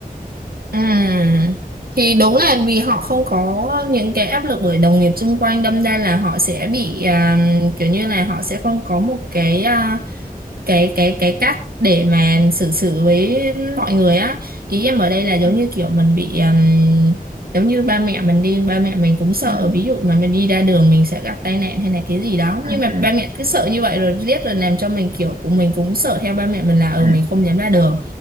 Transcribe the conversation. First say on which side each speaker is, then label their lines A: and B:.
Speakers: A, on the right; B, on the right.
A: À, thì đúng là vì họ không có những cái áp lực bởi đồng nghiệp xung quanh đâm ra là họ sẽ bị à, kiểu như là họ sẽ không có một cái à, cái cái cái cách để mà xử xử với mọi người á ý em ở đây là giống
B: Ừ.
A: như kiểu mình bị um, giống như ba mẹ mình đi ba mẹ mình cũng sợ
B: Ừ.
A: ví dụ mà mình đi ra đường mình sẽ gặp tai nạn hay là cái gì đó nhưng mà
B: Ừ.
A: ba mẹ cứ sợ như vậy rồi riết rồi làm cho mình kiểu của mình cũng sợ theo ba mẹ mình là ừ
B: Ừ.
A: mình không dám ra đường